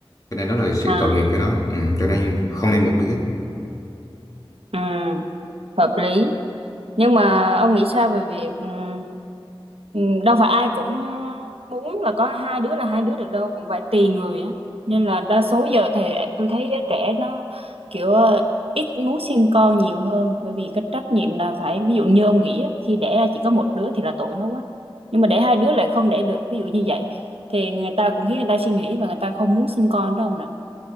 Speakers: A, on the left (about 40°); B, on the right (about 80°).
A: cho nên đó là sự
B: À,
A: tội nghiệp cho nó ừ, cho nên không nên một đứa
B: ừ, hợp lý. nhưng mà ông nghĩ sao về việc ừm, ừm, đâu phải ai cũng muốn là có hai đứa là hai đứa được đâu cũng phải tùy người á nên là đa số giờ thì tôi thấy giới trẻ nó kiểu ờ, ít muốn sinh con nhiều hơn bởi vì cái trách nhiệm là phải ví dụ như ông nghĩ á, khi đẻ ra chỉ có một đứa thì là tội nó quá nhưng mà đẻ hai đứa lại không đẻ được ví dụ như vậy thì người ta cũng khiến người ta suy nghĩ và người ta không muốn sinh con đâu ông nè